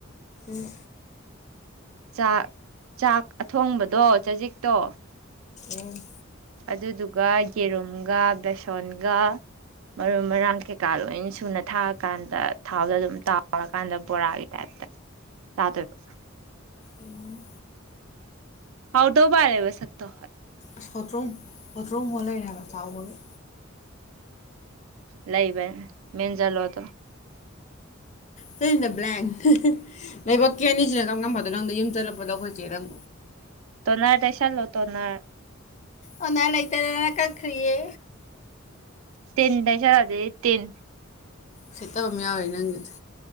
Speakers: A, on the left; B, on the right.
A: ꯎꯝ
B: ꯆꯥꯛ ꯆꯥꯛ ꯑꯊꯣꯡꯕꯗꯣ ꯆꯖꯤꯛꯇꯣ
A: ꯎꯝ
B: ꯑꯗꯨꯗꯨꯒ ꯌꯦꯔꯨꯝꯒ ꯕꯦꯁꯣꯟꯒ ꯃꯔꯨ ꯃꯔꯥꯡ ꯀꯩꯀꯥ ꯂꯣꯏ ꯁꯨꯅ ꯊꯥꯔꯀꯥꯟꯗ ꯊꯥꯎꯗꯣ ꯑꯗꯨꯝ ꯇꯥꯎꯔꯀꯥꯟꯗ ꯕꯣꯔꯥꯒꯤ ꯇꯥꯏꯞꯇ ꯆꯥꯗꯣꯏꯕ
A: ꯎꯝ
B: ꯍꯥꯎꯗꯧ ꯄꯔꯦꯕ ꯁꯛꯛꯇ
A: ꯑꯁ ꯍꯣꯇ꯭ꯔꯨꯝ ꯍꯣꯇ꯭ꯔꯨꯝ ꯍꯣꯜ ꯂꯩꯔꯦꯕ ꯆꯥꯎꯕꯒꯤ
B: ꯂꯩ ꯂꯩꯕ ꯃꯦꯟꯖꯂꯣꯗꯣ
A: ꯀꯩꯁꯤꯗ ꯕ꯭ꯂꯦꯡ ꯂꯕꯛ ꯀꯦꯅꯤꯁꯤꯅ ꯀꯝꯅꯝ ꯐꯗꯣ ꯅꯪꯗ ꯌꯨꯝ ꯆꯠꯂꯛꯄꯗꯣ ꯑꯩꯈꯣꯏ ꯆꯦꯗꯪ
B: ꯇꯣꯅꯔꯗꯩꯁꯜꯂꯣ ꯇꯣꯅ
A: ꯑꯣꯅ ꯂꯩꯇꯅ ꯀꯈꯔꯤꯌꯦ
B: ꯇꯦꯟꯗ ꯆꯔꯗꯦ ꯇꯦꯟ
A: ꯐꯦꯠꯇꯕ ꯑꯃ ꯌꯥꯎꯋꯦ ꯅꯪꯒꯤꯗꯤ